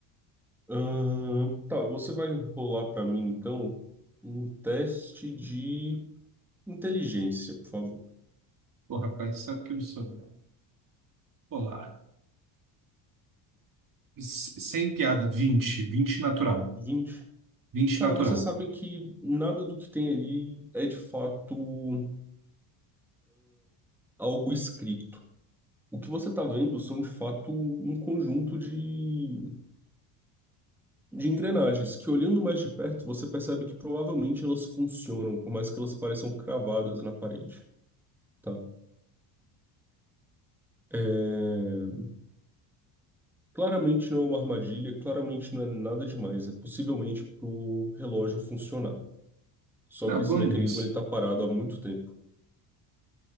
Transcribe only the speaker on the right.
Pô, rapaz, sabe que eu não sou dela. Olá. S- Sem piada, 20 20 natural.
vinte
natural.
Tá
bom
demais.